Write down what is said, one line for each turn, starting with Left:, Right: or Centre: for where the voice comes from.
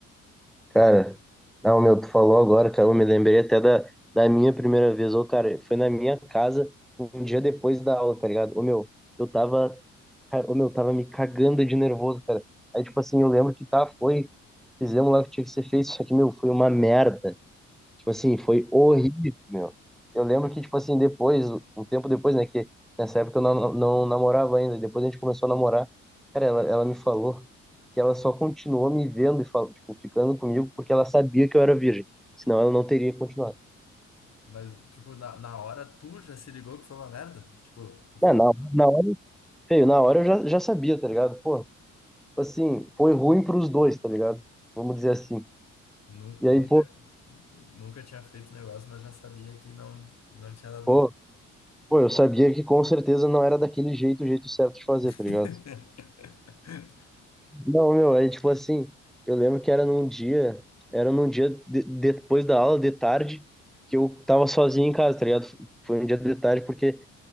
Centre: Cara, não, meu, tu falou agora, cara, eu me lembrei até da, da minha primeira vez. Ô, cara, foi na minha casa um dia depois da aula, tá ligado? Ô, meu, eu tava, cara, ô, meu, eu tava me cagando de nervoso, cara. Aí, tipo assim, eu lembro que tá, foi, fizemos lá o que tinha que ser feito, só que, meu, foi uma merda. Tipo assim, foi horrível, meu. Eu lembro que, tipo assim, depois, um tempo depois, né, que nessa época eu não, não namorava ainda, depois a gente começou a namorar, cara, ela, ela me falou que ela só continuou me vendo e falou, tipo, ficando comigo porque ela sabia que eu era virgem, senão ela não teria continuado.
Left: Mas, tipo, na, na hora tu já se ligou que foi uma merda? Tipo, tu falou,
Centre: É, na, na hora, feio, na hora eu já, já sabia, tá ligado? Pô, tipo assim, foi ruim pros dois, tá ligado? Vamos dizer assim.
Left: nunca,
Centre: E
Left: nunca,
Centre: aí, pô,
Left: nunca tinha feito negócio, mas já sabia que não, não tinha dado
Centre: pô,
Left: bom.
Centre: pô, eu sabia que com certeza não era daquele jeito, o jeito certo de fazer,
Left: <laughs>
Centre: tá ligado? Não, meu, aí tipo assim, eu lembro que era num dia, era num dia de- depois da aula, de tarde, que eu tava sozinho em casa, tá ligado? Foi um dia de tarde porque